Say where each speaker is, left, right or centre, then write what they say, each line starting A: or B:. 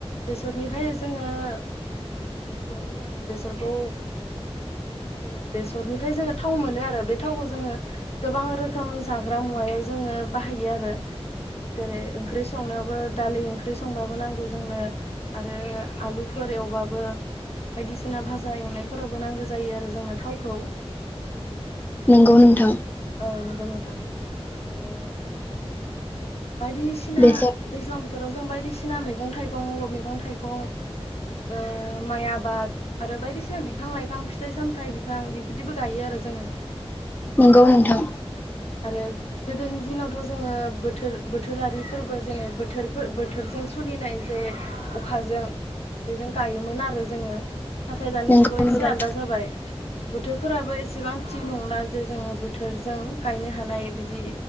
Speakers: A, on the left; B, on the left.
A: बेसरनिफ्राय जोङो गिबियावनो जोङो बेसरखौ उम जेने बेसरनिफ्राय जोङो थाव मोनो आरो बे थावखौ जोङो गोबां रोखोम जाग ग्रा मुवायाव जोङो बाहायो आरो। जेरै ओंख्रि संनायावबो दालि ओंख्रि संबाबो नांगौ जोंनो। आरो आलुफोर एवबाबो बायदिसिना भाजा एवनायफोरावबो नांगो जायो आरो जोंनो थावखौ। औ
B: नंगौ नोंथां
A: औ नं नंगौ नोंथां आरो बायदिसिना
B: बेसर
A: दैज्लां बो थोराव जों बायदिसि मैगं थाइ गं ल' मैगं थाइगं माइ ओ आबाद आरो बायदिसिना बिफां लाइफां फिथाइ सामथाय बि गां बिफोरदिबो गायो आरो जोङो।
B: नंगौ नोंथां
A: आरो गोदोनि दिनावथ' जोङो बोथोर बोथोरारि फोरबो जेने बोथोर बोथोरजों सु खुलिनाय जे अखाजों बेजों गायोमोन आरो जोङो नाथाय दानि
B: नंगौ
A: जुगाव एसे
B: नोंथां
A: आलदा जाबाय बोथोरफोराबो एसेबां थिग नंला जे जोङो बो थोरजों गायनो हानाय बिदि